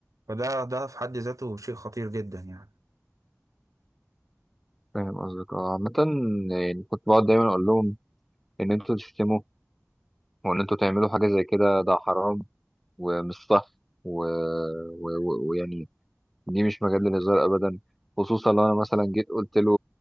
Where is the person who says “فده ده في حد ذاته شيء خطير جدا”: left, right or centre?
Right